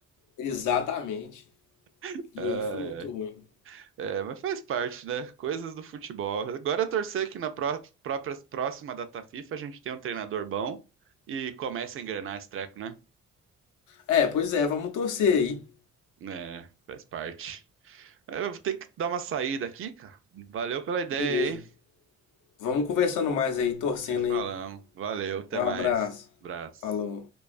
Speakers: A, on the left (about 80°); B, on the right (about 45°).
A: Exatamente.
B: <laughs>
A: E
B: Ai,
A: aí foi muito
B: ai.
A: ruim.
B: É, mas faz parte, né? Coisas do futebol. Agora é torcer que na pró própria, próxima data FIFA a gente tenha um treinador bom e comece a engrenar esse treco, né?
A: É, pois é, vamos torcer aí.
B: É, faz parte. É, Eu vou ter que dar uma saída aqui, cara. Valeu pela ideia,
A: Beleza.
B: hein?
A: Vamos conversando mais aí, torcendo
B: Se falamos.
A: aí.
B: Valeu, até
A: Um abraço.
B: mais. Abraço.
A: Falou.